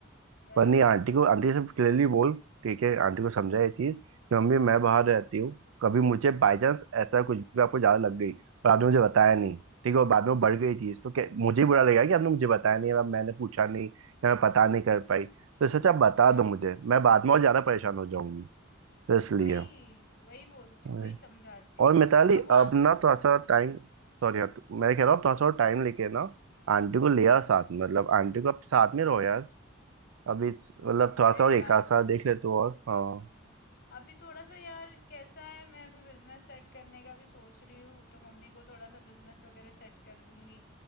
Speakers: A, on the left; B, on the right.
A: बराबर
B: पर नहीं आंटी
A: है
B: को आंटी से क्लियरली बोल ठीक है आंटी को समझा ये चीज कि मम्मी मैं बाहर रहती हूँ कभी मुझे बाई चांस ऐसा कुछ भी आपको ज्यादा लग गई पर आपने मुझे बताया नहीं ठीक है और बाद में वो बढ़ गई चीज तो क्या मुझे ही बुरा लगेगा कि आपने मुझे बताया नहीं या मैंने पूछा नहीं या मैं पता नहीं कर पाई तो सच आप बता
A: बराबर
B: दो मुझे मैं बाद में और ज्यादा परेशान हो जाऊंगी तो इसलिए
A: वही वही बोलती
B: अरे।
A: हूँ वही समझाती हूँ
B: और मिताली
A: अब वहां
B: अब ना
A: पे
B: थोड़ा सा
A: हाँ
B: टाइम सॉरी मैं कह रहा हूँ थोड़ा सा टाइम लेके ना आंटी को ले
A: हम्म
B: आओ साथ में मतलब आंटी को आप साथ में रहो यार अभी मतलब
A: अब है
B: थोड़ा सा और एक
A: यार
B: आध साल
A: अब
B: देख ले तो और हाँ
A: अभी थोड़ा सा यार कैसा है मैं अभी बिजनेस सेट करने का भी सोच रही हूँ तो मम्मी को थोड़ा सा बिजनेस वगैरह सेट कर दूंगी